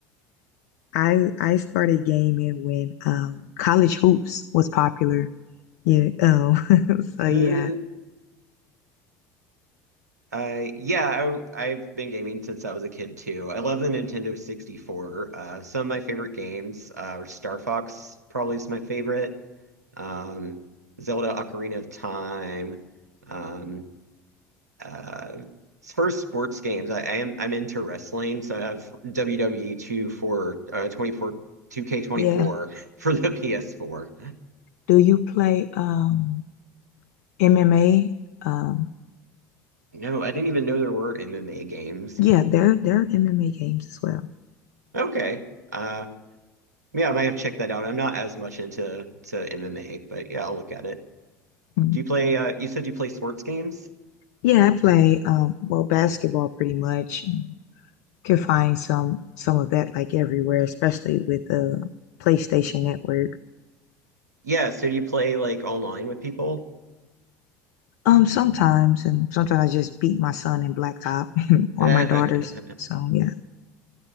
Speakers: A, on the left (about 60°); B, on the right (about 80°).
A: I I started gaming when um college hoops was popular. Yeah. Oh. <laughs> So
B: <laughs>
A: yeah.
B: Uh, yeah, I, I've been gaming since I was a kid too. I love the Nintendo 64. Uh, some of my favorite games uh, are Star Fox, probably is my favorite. Um, Zelda Ocarina of Time. Um, uh, first sports games. I, I am I'm into wrestling, so I have WWE 2 for uh, 24 2K24
A: Yeah.
B: <laughs> for the PS4.
A: Do you play um MMA? Um
B: No, I didn't even know there were MMA games.
A: yeah, there there are MMA games as well.
B: Okay. uh, Yeah, I might have checked that out. I'm not as much into to MMA, but yeah, I'll look at it.
A: Mm.
B: Do you play uh you said you play sports games?
A: Yeah, I play um well basketball pretty much. Can find some some of that like everywhere, especially with the PlayStation Network.
B: Yeah, so do you play like online with people?
A: Um sometimes and sometimes I just beat my son in blacktop <laughs> or
B: <laughs>
A: my daughters. So yeah.